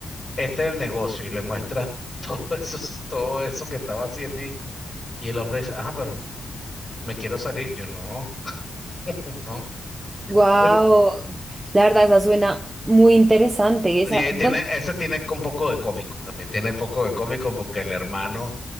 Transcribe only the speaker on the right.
Wow,
la verdad, esa suena muy interesante.
Esa,
¿dónde?